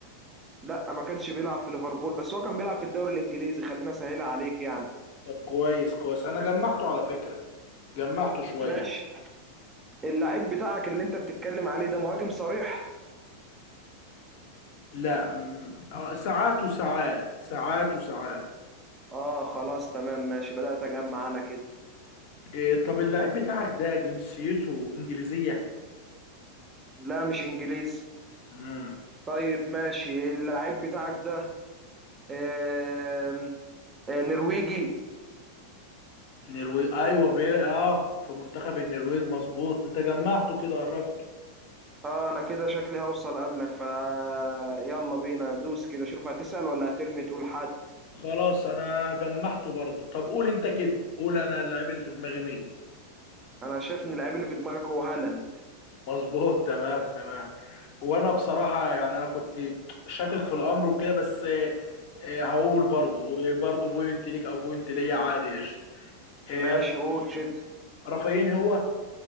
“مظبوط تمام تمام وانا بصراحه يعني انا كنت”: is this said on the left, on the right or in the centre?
Left